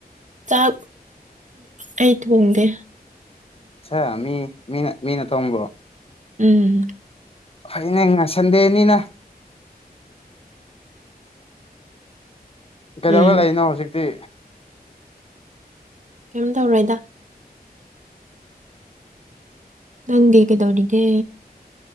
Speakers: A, on the right (about 50°); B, on the left (about 35°).
A: ꯆꯥꯛ ꯑꯥꯏ ꯇ ꯋꯥꯗꯦ
B: ꯆꯥ ꯃꯤ ꯃꯤꯅ ꯃꯤꯅ ꯊꯣꯝꯕꯔꯣ
A: ꯎꯝ
B: ꯍꯅꯦ ꯉꯁꯟꯗꯦꯅꯤꯅ ꯀꯩꯗꯧꯔ
A: ꯎꯝ
B: ꯂꯩꯅꯣ ꯍꯧꯖꯤꯛꯇꯤ
A: ꯀꯩꯝ ꯇꯧꯔꯣꯏꯗ ꯅꯪꯦ ꯀꯗꯧꯔꯗꯦ